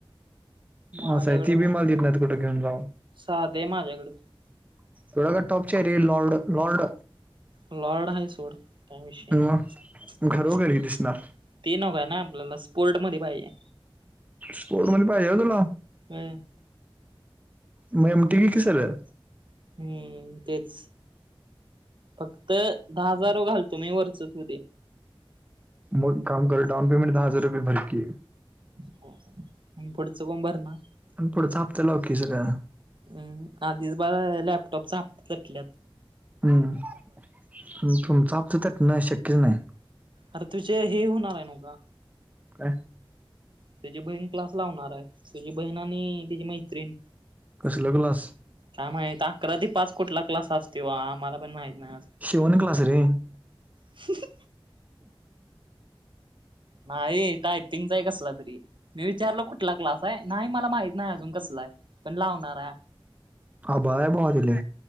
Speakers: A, on the right (about 60°); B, on the right (about 15°).
A: माझ्याकडं
B: अस आहे ती बी
A: काय
B: मला देत नाही कुठं घेऊन जाऊ.
A: साधे आहे माझ्याकडं.
B: थोड का टॉप रे लॉर्ड लॉर्ड.
A: लॉर्ड हाय सोड काय विषयी
B: मग
A: नाही
B: घरोघरी दिसणार
A: ते नको पल्याला स्पोर्टमध्ये पाहिजे
B: स्पोर्ट मधे पाहिजे का तुला
A: हम्म
B: मग एमटी घे की सगळं
A: हम्म तेच फक्त दहा हजारो घालतो मी वरच तू दे.
B: मग काम कर डाऊन पेमेंट दहा हजार रुपये भर की.
A: पुढचं फ्राम भरनार.
B: आणि पुढचा हप्ता लाव की जरा.
A: हम् आधीच बा लॅपटॉप हप्ते चटल्यात.
B: हम्म तुमच आमच तर नाही शक्य नाही
A: अरे तुझे हे होणार आहे नवखा.
B: काय
A: त्याची बहीण क्लास लावणार आहे त्याची बहीण आणि त्याची मैत्रीण
B: कसल क्लास?
A: काय माहित अकरा ते पाच कुठला क्लास असतो आम्हाला पण माहित नाही अजूनं
B: शिवण क्लास रे.
A: ह. नाही टायपिंगचा आहे कसला तरी मी विचारलो कुठला क्लास आहे नाही मला माहित नाही अजून कसला आहे पण लावणार आहे.
B: हा बा पा दिले.